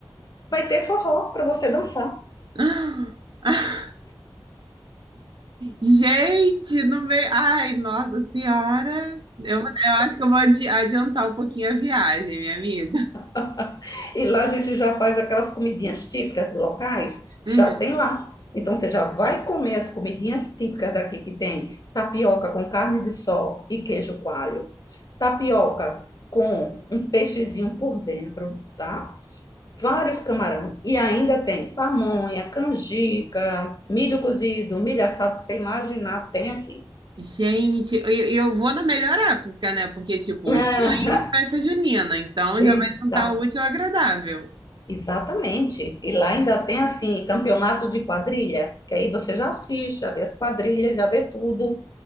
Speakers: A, on the left; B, on the right.
A: vai ter forró para você dançar.
B: <gasps> Gente, no meio. Ai, nossa senhora. Eu, eu acho que eu vou adi- adiantar um pouquinho a viagem, minha amiga.
A: <laughs> E lá a gente já faz aquelas comidinhas típicas locais,
B: Uhum.
A: já tem lá. Então você já vai comer as comidinhas típicas daqui que tem tapioca com carne de sol e queijo coalho, tapioca com um peixezinho por dentro, tá? Vários camarão e ainda tem pamonha, canjica, milho cozido, milho assado que você imaginar tem aqui.
B: Gente, eu, eu vou na melhor época, né? Porque, tipo,
A: <laughs> Aham,
B: junho, festa junina. Então
A: Exato.
B: já vai juntar o útil ao agradável.
A: Exatamente. E lá ainda tem assim, campeonato de quadrilha, que aí você já assiste, já vê as quadrilhas, já vê tudo